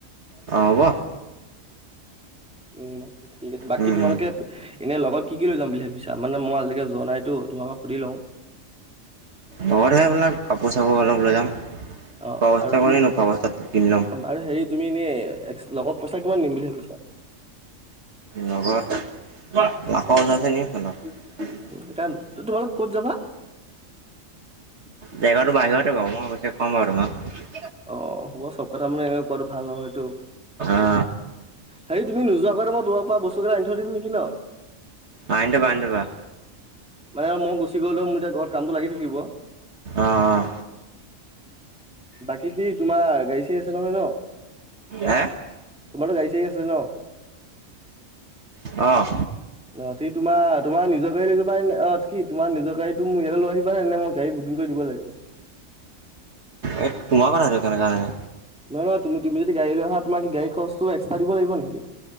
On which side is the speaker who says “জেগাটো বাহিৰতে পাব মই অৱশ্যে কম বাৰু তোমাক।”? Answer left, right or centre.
Right